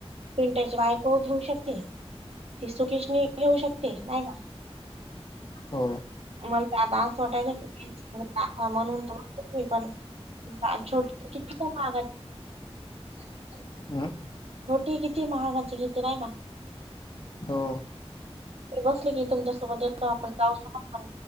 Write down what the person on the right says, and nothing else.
पंटाची बायको घेऊ शकते तेी सुखेश येऊ शकते नाही का
मला ददा अस वाटायला म्हणून पण छोट किती का महागा नाही
छोटी किती महागाची खेती नाही का
बसली की तुमच्यासोबत येतो आपण जाऊ शकत पण